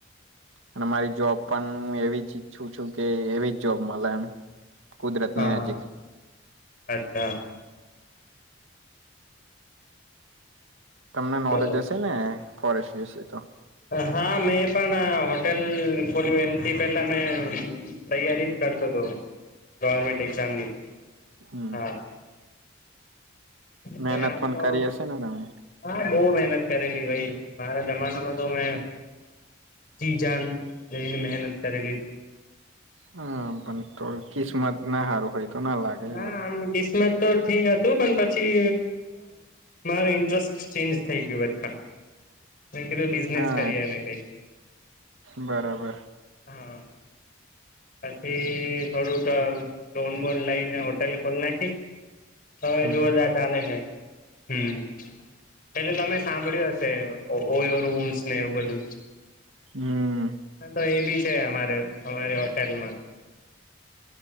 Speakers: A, on the right; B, on the left.
A: અને મારી જોબ પણ હું એવી જ ઈચ્છું છું કે એવી જ જોબ મળ એમ કુદરતની
B: હા
A: નજીક
B: હા અચ્છા
A: તમને નોલેજ
B: બરોબર
A: હશે ને ફોરેસીશે તો
B: હા મેં પણ હોટેલ ખોલ્યું એનાથી પેલા મેં તૈયારી જ કરતો હતો ગવર્મેન્ટ એક્ઝામ ની
A: હમ
B: હા
A: મહેનત
B: મે આમ
A: પણ
B: તો
A: કરી હશે ને તમે
B: હા બહુ મહેનત કરેલી ભાઈ મારા જમાનામાં તો મેં ચી જાન નને મહેનત કરેલી
A: હમ પણો કિસ્મત ના હારું હોય તો લાગે
B: ના
A: એવું
B: આમ કિસ્મત તો ઠીક હતું પણ પછી મારું ઇન્ટરેસ્ટ ચેન્જ થઈ ગયું બધા કીધું બિઝનેસ
A: હા
B: કરી હ કઈક
A: બરાબર
B: હા પછી થોડુંક ડોન બોન લઈ ને હોટેલ ખોલ નાખી હવે
A: હમ
B: જોરદાર ચાલે છે હમ પેલે તમે સાંભળ્યું હશે ઓરમ્સ ને એવું બધું
A: હમ
B: હા તો એ બી છે અમારે અમારી હોટેલમાં